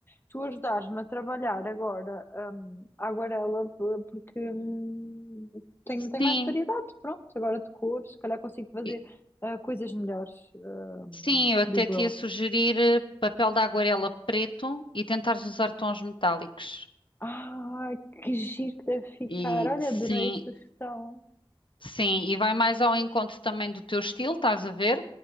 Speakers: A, on the left; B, on the left.
A: tu ajudares-me a trabalhar agora, hum, a aguarela, p- porque hum, tem, tem
B: Sim,
A: mais variedade, pronto, agora de cores, se calhar consigo fazer
B: e-
A: ah, coisas melhores, hum,
B: sim, eu até
A: digo
B: te
A: eu.
B: ia sugerir eh, papel de aguarela preto e tentares usar tons metálicos.
A: Ah, que giro que deve ficar.
B: E
A: Olha,
B: sim,
A: adorei a sugestão.
B: Sim, e vai mais ao encontro também do teu estilo, estás a ver?